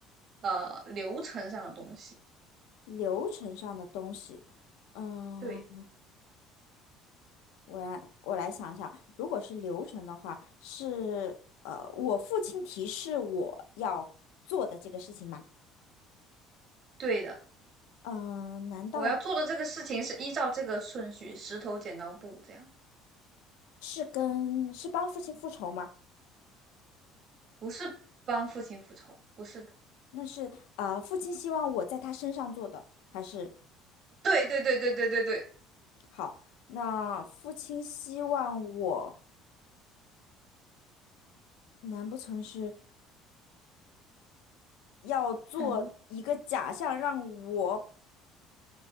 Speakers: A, on the right; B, on the left.
A: 呃流程上的东西。
B: 流程上的东西，嗯，
A: 对，
B: 我来我来想想，如果是流程的话，是呃，我父亲提示我要做的这个事情吗？
A: 对的，
B: 嗯、呃难道？
A: 我要做的这个事情是依照这个顺序，石头剪刀布这样，
B: 是跟是帮父亲复仇吗？
A: 不是帮父亲复仇，不是的。
B: 那是呃，父亲希望我在他身上做的，还是
A: 对对对对对对对，
B: 好？那父亲希望我，难不成是要做一个假象，
A: 嗯
B: 让我